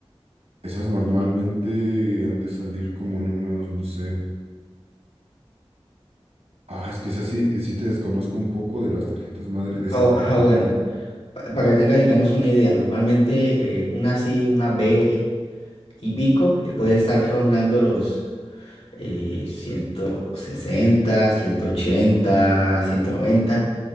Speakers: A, on the right; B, on the left.
A: Esas normalmente han de salir como en unos, no sé. Ah, es que esa sí, sí te desconozco un poco de las tarjetas madre, de esa
B: Ah,
A: tarjeta.
B: ah, bueno,
A: ¿no?
B: pa- para que tengas, digamos, una idea, normalmente eh, una sí, una B y pico eh, puede estar rondando los eh, ciento sesenta, ciento
A: Ujú,
B: ochenta, ciento noventa